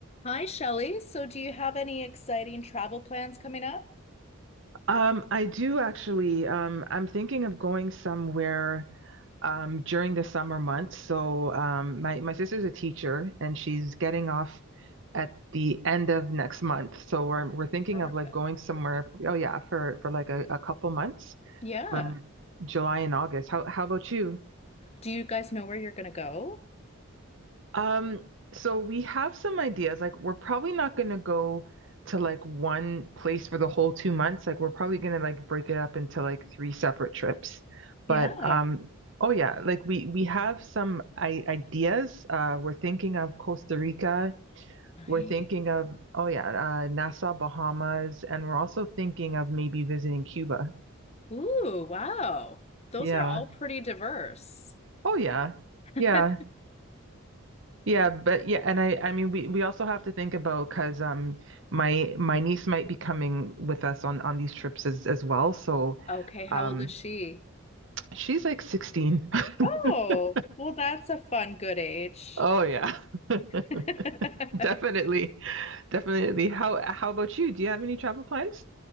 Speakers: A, on the left; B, on the right.
A: Hi, Shelley. So, do you have any exciting travel plans coming up?
B: Um, I do actually. Um, I'm thinking of going somewhere um, during the summer months. So um, my my sister's a teacher, and she's getting off at the end of next month. So we're we're thinking
A: Perfect.
B: of like going somewhere. Oh yeah, for for like a, a couple months
A: Yeah.
B: for July and August. How how about you?
A: Do you guys know where you're going to go?
B: Um, so we have some ideas. Like we're probably not gonna go to like one place for the whole two months. Like we're probably gonna like break it up into like three separate trips.
A: Yeah.
B: But um, oh yeah, like we we have some I ideas. Uh, we're thinking of Costa Rica.
A: Nice.
B: We're thinking of oh yeah, uh, Nassau, Bahamas, and we're also thinking of maybe visiting Cuba.
A: Ooh, wow. Those
B: Yeah.
A: are all pretty diverse.
B: Oh yeah.
A: <laughs>
B: Yeah. Yeah, but yeah, and I I mean we we also have to think about because um my my niece might be coming with us on on these trips as as well. So
A: Okay, how
B: um
A: old is she?
B: she's like 16.
A: Oh,
B: <laughs>
A: well, that's a fun, good age.
B: Oh yeah. <laughs>
A: <laughs>
B: Definitely. Definitely. How how about you? Do you have any travel plans?